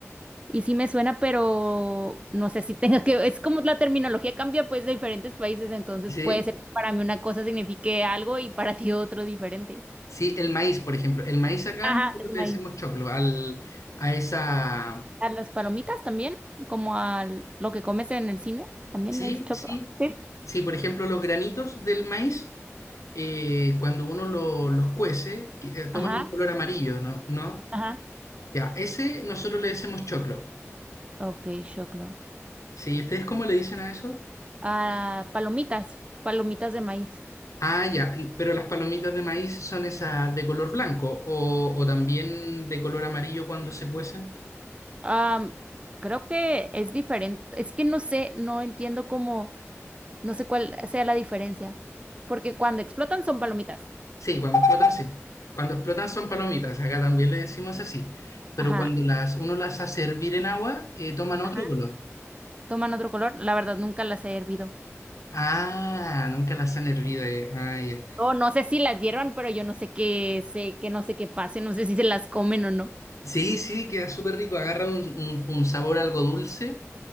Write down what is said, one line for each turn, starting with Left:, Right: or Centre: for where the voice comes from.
Right: y sí me suena, pero no sé si tenga que, es como la terminología cambia pues de diferentes países, entonces
Left: sí.
Right: puede ser que para mí una cosa signifique algo y para ti otro diferente.
Left: Sí, el maíz, por ejemplo. El maíz acá
Right: Ajá,
Left: nosotros
Right: es
Left: le
Right: maíz.
Left: decimos choclo al, a esa.
Right: A las palomitas también, como a lo que comes en el cine, también
Left: Sí,
Right: es choclo.
Left: sí.
Right: Sí.
Left: Sí, por ejemplo, los granitos del maíz. eh, cuando uno lo- los cuece, que- eh, toman
Right: Ajá,
Left: un color amarillo, ¿no? ¿No?
Right: ajá.
Left: Ya, ese nosotros le decimos choclo.
Right: Ok, choclo.
Left: Sí, ¿y ustedes cómo le dicen a eso?
Right: Ah, palomitas, palomitas de maíz.
Left: Ah, ya, n- pero las palomitas de maíz son esas de color blanco o, o también de color amarillo cuando se cuecen.
Right: Am, creo que es diferente. Es que no sé, no entiendo cómo, no sé cuál sea la diferencia. Porque cuando explotan son palomitas.
Left: Sí, cuando explotan, sí. Cuando explotan son palomitas, acá también le decimos así. Pero
Right: Ajá,
Left: cuando las, uno las hace hervir en agua, eh, toman otro
Right: ajá.
Left: color.
Right: Toman otro color. La verdad, nunca las he hervido.
Left: Ah, nunca las han hervido. eh. Ah, ya.
Right: No, no sé si las hiervan, pero yo no sé qué sé, que no sé qué pase, no sé si se las comen o no.
Left: Sí, sí, queda súper rico, agarra un, un- un sabor algo dulce,